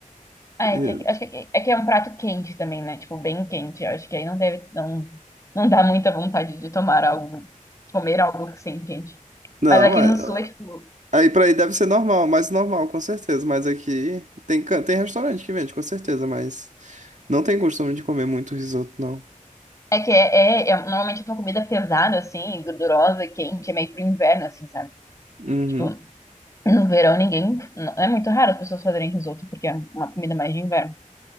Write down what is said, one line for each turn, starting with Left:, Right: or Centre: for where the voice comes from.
Left: Ah,
Right: eu-
Left: é que, é que- acho que aqui- é, que é um prato quente também, né? Tipo, bem quente. Eu acho que aí não deve, não, não dá muita vontade de tomar algo, comer algo que sem quente.
Right: não,
Left: Mas aqui
Right: é-
Left: no sul é tipo,
Right: aí pra aí deve ser normal, mais normal, com certeza. Mas aqui tem, can- tem restaurante que vende, com certeza, mas não tem costume de comer muito risoto, não.
Left: é que é, é, é normalmente é uma comida pesada, assim, gordurosa, quente, é meio pro inverno, assim, sabe?
Right: Uhum.
Left: Tipo, no verão ninguém, não, é muito raro as pessoas fazerem risoto, porque é uma comida mais de inverno.